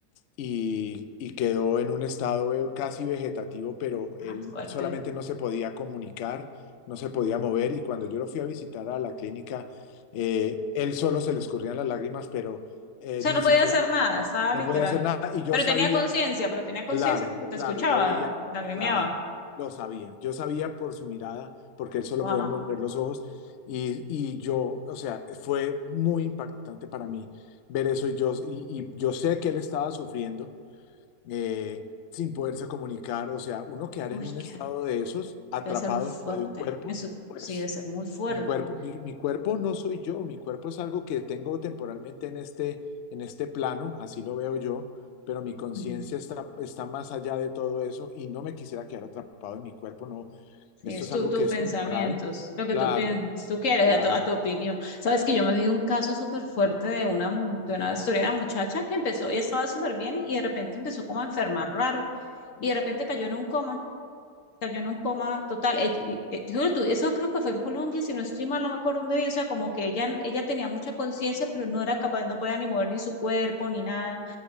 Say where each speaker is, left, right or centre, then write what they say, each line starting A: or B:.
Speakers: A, on the left; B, on the left.
A: y, y quedó en un estado ve- casi vegetativo, pero
B: Ay,
A: él
B: fuerte.
A: solamente no se podía comunicar, no se podía mover y cuando yo lo fui a visitar a la clínica, eh, él solo se le escurrían las lágrimas, pero eh,
B: O sea,
A: ni
B: no
A: siquiera
B: podía hacer nada, estaba
A: no
B: literal.
A: podía hacer nada y yo
B: Pero
A: sabía,
B: tenía conciencia, pero tenía conciencia
A: Claro,
B: porque te
A: claro,
B: escuchaba,
A: yo veía,
B: lagrimeaba.
A: claro, lo sabía, yo sabía por su mirada, porque él solo
B: Wow.
A: podía mover los ojos, y, y yo, o sea, fue muy impactante para mí ver eso, y yo, y, y yo sé que él estaba sufriendo, eh, sin poderse comunicar, o sea, uno quedar
B: Uy,
A: en un
B: qué.
A: estado de esos, atrapado
B: Debe ser muy fuerte.
A: dentro de un cuerpo,
B: Eso
A: pues
B: sí, debe ser muy fuerte.
A: mi cuerpo, mi, mi cuerpo no soy yo, mi cuerpo es algo que tengo temporalmente en este, en este plano, así lo veo yo, pero mi conciencia
B: Ujú.
A: está, está más allá de todo eso y no me quisiera quedar atrapado en mi cuerpo, no,
B: Sí,
A: esto
B: es
A: es
B: tu,
A: algo
B: tus
A: que es
B: pensamientos,
A: temporal,
B: lo que
A: claro,
B: tú piensas, tú quieres,
A: claro,
B: a tu, a tu opinión. Sabes que yo me vi un caso súper fuerte de una, mu- de una historia de una muchacha que empezó, ella estaba súper bien y de repente empezó como a enfermar raro y de repente cayó en un coma. sea, yo en un coma total. ell- y-
A: no
B: eh, yo creo tú- eso creo que fue en Colombia, si no estoy mal, no me acuerdo dónde vi. O sea, como que ella, ella tenía mucha conciencia, pero no era capaz, no podía ni mover ni su cuerpo ni nada.